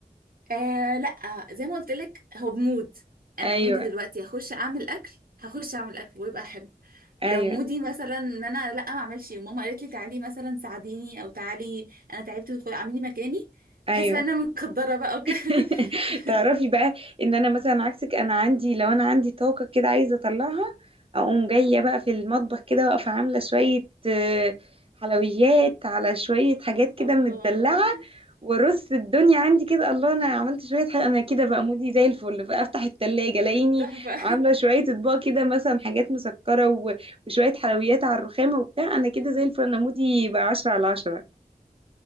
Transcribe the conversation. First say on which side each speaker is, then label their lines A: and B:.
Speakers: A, on the right (about 65°); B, on the right (about 35°).
A: آه لا زي ما قلت لك هو بمود انا
B: ايوه
A: مودي دلوقتي هخش اعمل اكل هخش اعمل اكل ويبقى حلو
B: ايوه
A: لو مودي مثلا ان انا لا ما اعملش وماما قالت لي تعالي مثلا ساعديني او تعالي انا تعبت وخ- اعملي مكاني
B: ايوه
A: بحس بقى ان انا متقدره بقى وكده
B: <laughs>
A: <laughs>
B: تعرفي بقى ان انا مثلا عكسك انا عندي لو انا عندي طاقة كده عايزة اطلعها اقوم جاية بقى في المطبخ كده واقفة عاملة شوية آه، حلويات على شوية حاجات كده
A: الله
B: متدلعة وارص الدنيا عندي كده الله انا عملت شوية حاجة انا كده بقى مودي زي الفل فافتح التلاجة الاقيني
A: تحفه
B: عاملة شوية اطباق كده مثلا حاجات مسكرة و- وشوية حلويات على الرخامة وبتاع انا كده زي الفل انا مودي بقى عشرة على عشرة